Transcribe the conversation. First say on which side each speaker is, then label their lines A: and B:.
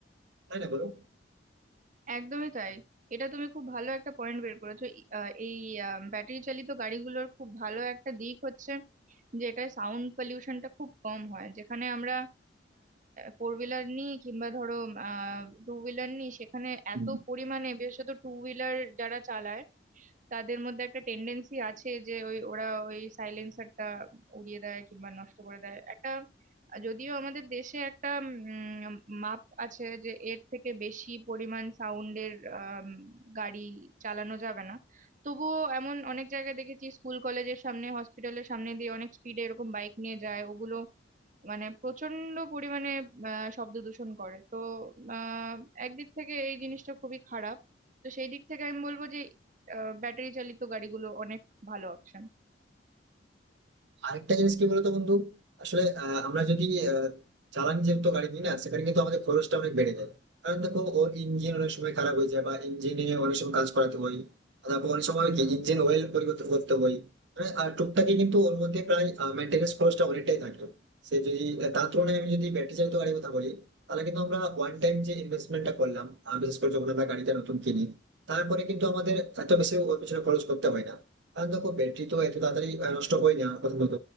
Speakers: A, on the right; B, on the right.
A: তাই না বলো
B: একদমই তাই এটা তুমি খুব ভালো একটা পয়েন্ট বের করেছো ই- আহ, এই ব্যাটারি চালিত গাড়িগুলোর খুব ভালো একটা দিক হচ্ছে যে এটায় সাউন্ড পলিউশনটা খুব কম হয় যেখানে আমরা ফোর হুইলার নিই কিংবা ধরো টু হুইলার নিই সেখানে
A: হুম।
B: এত পরিমাণে বিশেষত টু হুইলার যারা চালায় তাদের মধ্যে একটা টেন্ডেন্সি আছে যে ওই ওরা ওই সাইলেন্সারটা উড়িয়ে দেয় কিংবা নষ্ট করে দেয় একটা যদিও আমাদের দেশে একটা উম, মাপ আছে যে এর থেকে বেশি পরিমাণ সাউন্ডের গাড়ি চালানো যাবে না তবুও এমন অনেক জায়গায় দেখেছি স্কুল কলেজের সামনে হসপিটালের সামনে দিয়ে অনেক স্পিডে এরকম বাইক নিয়ে যায় ওগুলো মানে প্রচন্ড পরিমাণে আহ, শব্দ দূষণ করে তো আহ, একদিক থেকে এই জিনিসটা খুবই খারাপ তো সেই দিক থেকে আমি বলবো যে ব্যাটারি চালিত গাড়িগুলো অনেক ভালো অপশন
A: আরেকটা জিনিস কি বলতো বন্ধু আসলে আহ, আমরা যদি আহ, জ্বালানি যুক্ত গাড়ি নিই না সেখানে কিন্তু আমাদের খরচটা অনেক বেড়ে যায় কারণ দেখো ওর ইঞ্জিন অনেক সময় খারাপ হয়ে যায় বা ইঞ্জিনে অনেক সময় কাজ করাতে হয় আর তারপর অনেক সময় কি ইঞ্জিন অয়েল পরিবর্তন করতে হয় মানে আর টুকটাকি কিন্তু ওর মধ্যে প্রায় মেনটেন্যান্স খরচটা অনেকটাই থাকতো সে যদি তার তুলনায় আমি যদি ব্যাটারি চালিত গাড়ির কথা বলি তাহলে কিন্তু আমরা ওয়ান টাইম যে ইনভেস্টমেন্টটা করলাম আহ, বিশেষ করে যখন আমরা গাড়িটা নতুন কিনি তারপরে কিন্তু আমাদের এত বেশি ওর পিছনে খরচ করতে হয় না আর দেখো ব্যাটারি তো এত তাড়াতাড়ি আহ, নষ্ট হয় না প্রথমত